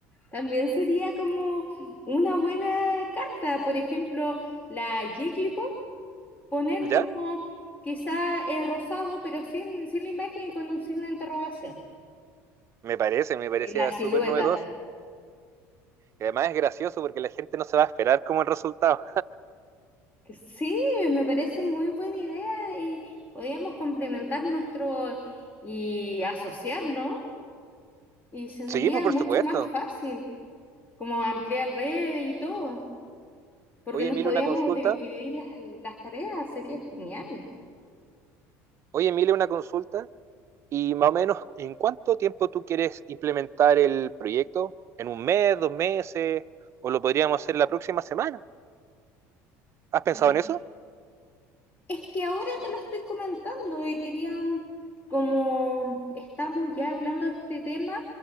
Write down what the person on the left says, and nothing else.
También sería como una buena carta, por ejemplo, la Jigglypuff, poner
como quizá eh, rosado, pero sin, sin la imagen y con un signo de interrogación.
Eh, la silueta.
Que Sí, me parece muy buena idea. eh, podríamos complementar nuestro y asociarnos y se
mucho
más fácil, como ampliar redes y todo, porque
nos
podíamos
di- dividir las, las tareas, sería genial.
Eh,
Es que ahora te lo estoy comentando y querían, como estamos ya hablando de este tema,